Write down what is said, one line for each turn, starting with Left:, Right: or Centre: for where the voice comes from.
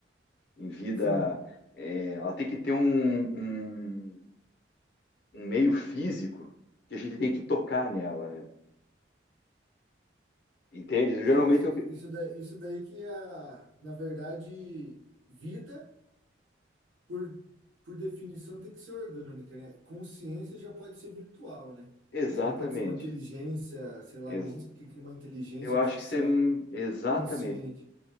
Left: Em vida.
Right: Sim,
Left: é, ela tem que ter um, um, um meio físico que a gente tem que tocar nela, né? Entende?
Right: é,
Left: Geralmente
Right: isso,
Left: eu...
Right: isso, daí, isso daí que é a, na verdade, vida. por, por definição, tem que ser orgânica, né? Consciência já pode ser virtual, né?
Left: Exatamente.
Right: Você já pode ser uma inteligência, sei lá,
Left: Ex-
Right: imagina o que que é uma inteligência
Left: Eu acho
Right: artificial
Left: que você. Exatamente.
Right: consciente.